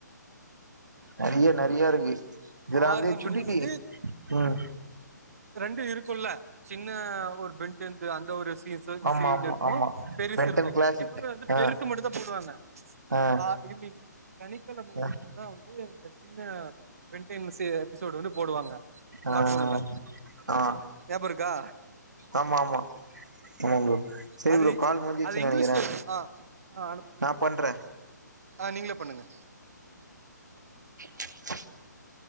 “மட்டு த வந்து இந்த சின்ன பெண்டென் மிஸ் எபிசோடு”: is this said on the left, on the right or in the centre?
Right